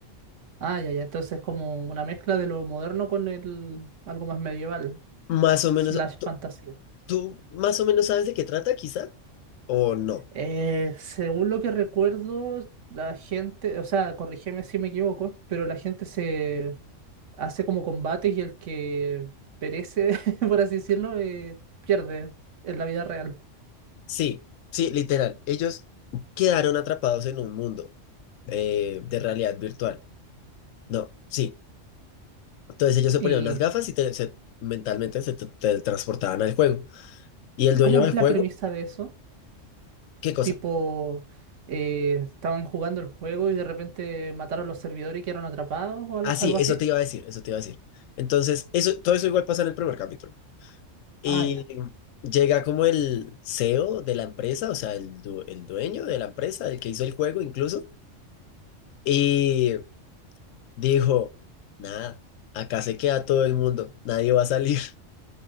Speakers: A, on the right; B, on the left.
A: Ah, ya, ya. Entonces es como una mezcla de lo moderno con el algo más medieval,
B: Más o menos,
A: slash
B: ¿tú,
A: fantasía.
B: tú más o menos sabes de qué trata, quizá? ¿O no?
A: Eh, según lo que recuerdo, la gente, o sea, corrígeme si me equivoco, pero la gente se hace como combates y el que perece, <laughs> por así decirlo, eh, pierde en la vida real.
B: Sí, sí, literal. Ellos quedaron atrapados en un mundo eh, de realidad virtual No, sí. Entonces ellos se
A: ¿Y
B: ponían unas gafas y te- se- mentalmente se te- teletransportaban al juego. Y el
A: ¿y
B: dueño
A: cómo
B: del
A: es la
B: juego,
A: premisa de eso?
B: ¿qué cosa?
A: Tipo, eh, estaban jugando el juego y de repente mataron los servidores y quedaron atrapados o algo,
B: Ah, sí,
A: algo así.
B: eso te iba a decir, eso te iba a decir. Entonces, eso, todo eso igual pasa en el primer capítulo. Y
A: Ah, ya.
B: llega como el CEO de la empresa, o sea, el, du- el dueño de la empresa, el que hizo el juego incluso, y dijo, nada, acá se queda todo el mundo, nadie va a salir. <laughs>